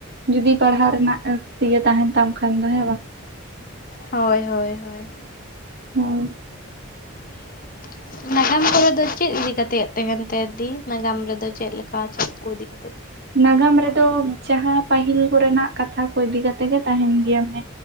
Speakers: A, on the right; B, on the left.
A: ᱡᱩᱫᱤ ᱯᱟᱲᱦᱟᱜ ᱨᱮᱱᱟᱜ ᱤᱭᱟᱹ ᱛᱟᱦᱮᱱ ᱛᱟᱢ ᱠᱷᱟᱱ ᱫᱚ ᱦᱮᱸ ᱵᱟᱝ᱾
B: ᱦᱳᱭ ᱦᱳᱭ ᱦᱳᱭ᱾
A: ᱦᱳᱸᱭ᱾
B: <inaudible> ᱱᱟᱜᱟᱢ ᱠᱚᱨᱮ ᱫᱚ ᱪᱮᱫ ᱤᱫᱤ ᱠᱟᱛᱮᱫ ᱛᱟᱦᱮᱱ ᱛᱟᱭ ᱫᱤ ᱱᱟᱜᱟᱢ ᱨᱮᱫᱚ ᱪᱮᱫ ᱞᱮᱠᱟ ᱪᱮᱫ ᱠᱚ ᱤᱫᱤ ᱠᱟᱛᱮ?
A: ᱱᱟᱜᱟᱢ ᱨᱮᱫᱚ ᱡᱟᱦᱟᱸ ᱯᱟᱹᱦᱤᱞ ᱠᱚᱨᱮᱱᱟᱜ ᱠᱟᱛᱷᱟ ᱠᱚ ᱤᱫᱤ ᱠᱟᱛᱮᱜ ᱜᱮ ᱛᱟᱦᱮᱱ ᱜᱮᱭᱟ ᱢᱟᱱᱮ